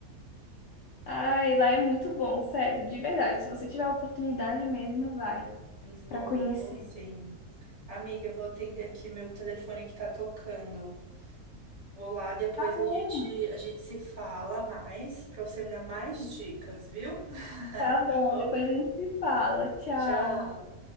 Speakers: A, on the left; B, on the right.
A: Ai, lá é muito bom, sério, de verdade. Se você tiver a oportunidade mesmo, vai
B: Vou,
A: para conhecer.
B: vou sim. Amiga, eu vou atender aqui meu telefone que tá tocando. Vou lá, depois
A: Tá bom.
B: a gente, a gente se fala mais, pra você me dar mais dicas, viu? <laughs>
A: Tá bom,
B: Tá bom?
A: depois a gente se fala. Tchau.
B: Tchau.